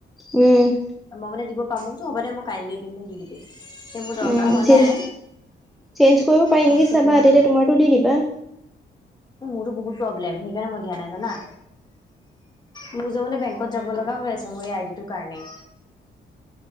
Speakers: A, in the centre; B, on the left.
A: উম।
B: মই মানে দিব পাম মই কৈছো হ'ব দে মই কাইলৈ দিম মোক দি দিবি এতিয়া মোৰ দৰকাৰ
A: উম,
B: হোৱা
A: চেঞ্জ
B: নাই।
A: চেঞ্জ কৰিব পাৰি
B: তাৰপিছত
A: নেকি চাবা
B: তোমাৰ
A: তেতিয়া তোমাৰতো দি দিবা।
B: মোৰো বহুত প্ৰব্লেম সেইকাৰণে ম দিয়া নাই জানা। মোৰ যে মানে বেংকত যাব লগা হৈ আছে মোৰ এই আই ডি তোৰ কাৰণে।